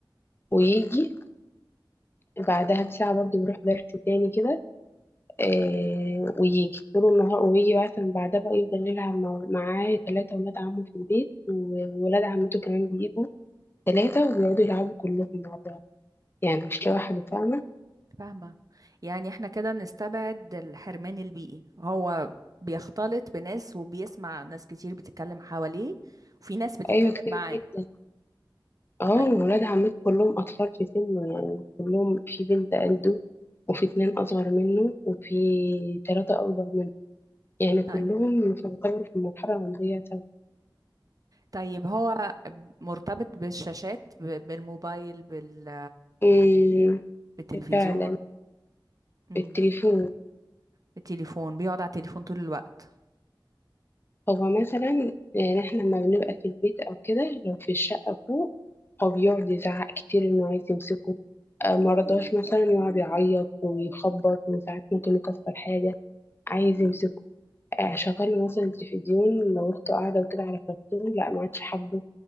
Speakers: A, on the left; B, on the right.
A: ويجي بعدها بساعة برضه بيروح درس تاني كده آه، ويجي طول النهار ويجي مثلا بعدها بقى يفضل يلعب مع- معاه تلاتة ولاد عمه في البيت وولاد عمته كمان بيجوا تلاتة وبيقعدوا يلعبوا كلهم مع بعض يعني مش لوحده فاهمة
B: فاهمة يعني احنا كده نستبعد الحرمان البيئي هو بيختلط بناس وبيسمع ناس كتير بتتكلم حواليه وفي ناس بتتكلم
A: أيوة كتير
B: معاه
A: جدا اه
B: طيب
A: ولاد عمته كلهم أطفال في سنه يعني كلهم في بنت قده وفي اتنين أصغر منه وفي تلاتة أكبر منه يعني كلهم
B: طيب
A: في- يعتبروا في المرحلة العمرية سوا
B: طيب هو مرتبط بالشاشات ب- بالموبايل بال...
A: أمم،
B: بالتلفزيون
A: فعلا
B: امم
A: التليفون
B: بالتليفون بيقعد على التليفون طول الوقت
A: هو مثلا يعني احنا لما بنبقى في البيت أو كده لو في الشقة فوق هو بيقعد يزعق كتير إنه عايز يمسكه آه، مرضاش مثلا يقعد يعيط ويخبط وساعات ممكن يكسر حاجة عايز يمسكه آه، شغاله مثلا التلفزيون لو اخته قاعده وكده على كرتون لا ما عادش حابه